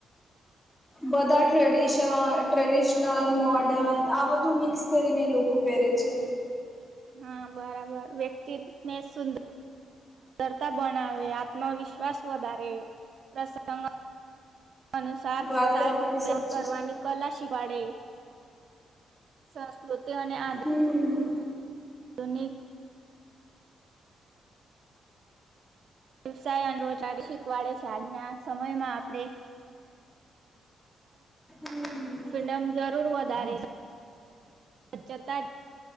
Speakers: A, in the centre; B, on the right (about 60°).
A: બધા ટ્રેડિશ ટ્રેડિશનલ, મોર્ડન આ બધું મિક્સ કરીને લોકો પહેરે છે.
B: હા બરાબર. વ્યક્તિને સુંદ રતા બણાવે, આત્મવિશ્વાસ વધારે. પ્રસંગ અનુસાર
A: વાત
B: સાજ
A: તમારી
B: <inaudible>
A: સાચી
B: કરવાની
A: છે
B: કલા શીખવાડે. સંસ્કૃતિ અને આધ
A: હમ્મ.
B: ધુનિક વ્યવસાય અને રોજારી શીખવાડે છે. આજના સમયમાં આપણે
A: હમ્મ.
B: ફિડમ જરૂર વધારે. ચતા,